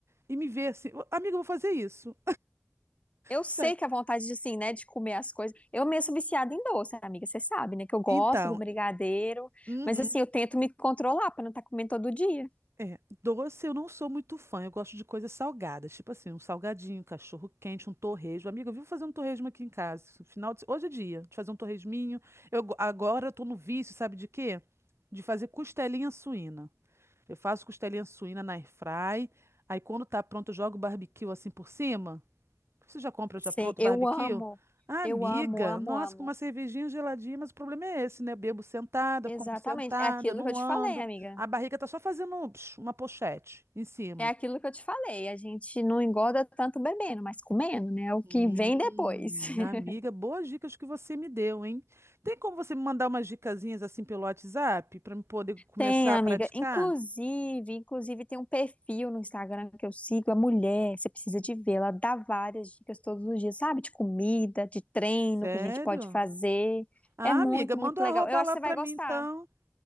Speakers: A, on the right (about 75°); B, on the left (about 30°).
A: E me ver assim, "Ô, amiga, eu vou fazer isso.
B: Eu
A: Sério.
B: sei que a vontade de, assim, né, de comer as coisas. Eu mesmo sou viciada em doce, amiga, você sabe, né? Que eu gosto
A: Então,
B: do brigadeiro,
A: uhum.
B: mas assim, eu tento me controlar pra não estar comendo todo dia.
A: É, doce eu não sou muito fã, eu gosto de coisas salgadas, tipo assim, um salgadinho, um cachorro quente, um torresmo. Amiga, eu vivo fazer um torresmo aqui em casa. esse Final de... Hoje é dia de fazer um torresminho. Eu, go- agora eu tô no vício, sabe de quê? De fazer costelinha suína. Eu faço costelinha suína na airfry, aí quando tá pronto eu jogo barbecue assim por cima. Você já compra já
B: Sei,
A: pronto
B: eu
A: barbecue?
B: amo.
A: Ah,
B: Eu
A: amiga,
B: amo, amo,
A: nossa,
B: amo.
A: com uma cervejinha geladinha, mas o problema é esse, né? Bebo sentada,
B: Exatamente.
A: como sentada,
B: É aquilo
A: não
B: que eu te
A: ando.
B: falei, amiga.
A: A barriga tá só fazendo psh, uma pochete em cima.
B: É aquilo que eu te falei. A gente não engorda tanto bebendo, mas comendo, né? É o
A: Hum,
B: que vem depois. <laughs>
A: amiga, boas dicas que você me deu, hein? Tem como você me mandar umas dicasinhas assim pelo WhatsApp para eu poder começar
B: Tem, amiga.
A: a praticar?
B: Inclusive, inclusive tem um perfil no Instagram que eu sigo, a mulher, você precisa de ver, ela dá várias dicas todos os dias, sabe? De comida, de treino
A: Sério?
B: que a gente pode fazer.
A: Ah,
B: É muito,
A: amiga, manda
B: muito
A: o
B: legal.
A: arroba
B: Eu acho
A: lá
B: que você
A: para
B: vai gostar.
A: mim então.